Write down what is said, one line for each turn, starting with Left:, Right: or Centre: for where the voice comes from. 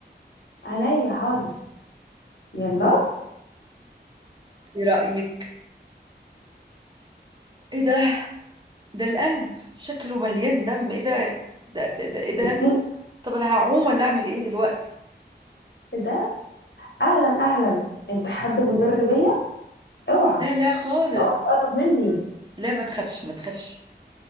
Left: عينيا حاضر يلا
Right: ايه رايك ايه ده ده القلب شكله مليان دم ايه ده ده ده, ده ايه ده
Left: م-
Right: طب انا هعوم ولا اعمل ايه دلوقتي
Left: إيه ده أهلا أهلا أنت حد مدربية اوعى
Right: لا لا خالص
Left: اوعى تقرب مني
Right: لا ما تخافش ما تخافش